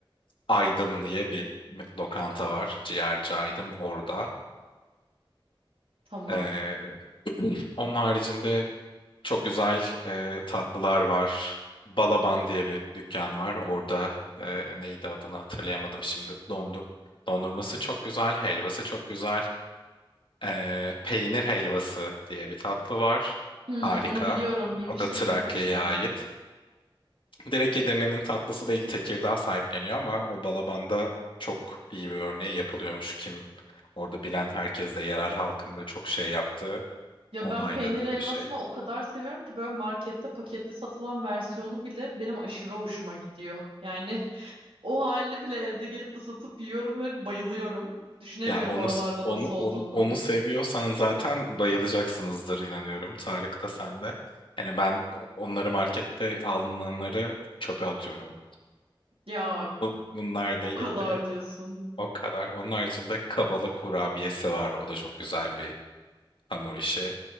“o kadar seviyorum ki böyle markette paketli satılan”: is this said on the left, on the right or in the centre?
Right